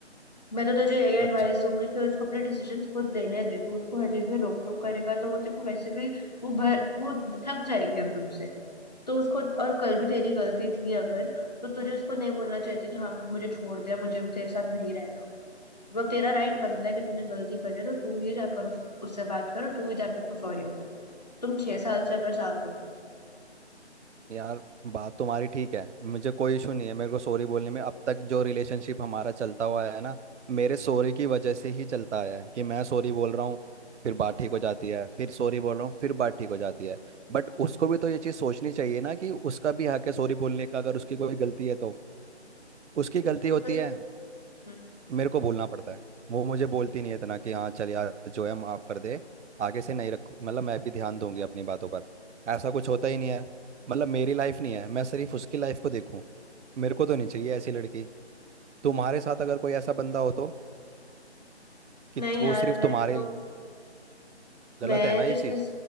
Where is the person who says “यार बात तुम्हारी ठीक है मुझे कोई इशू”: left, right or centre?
Right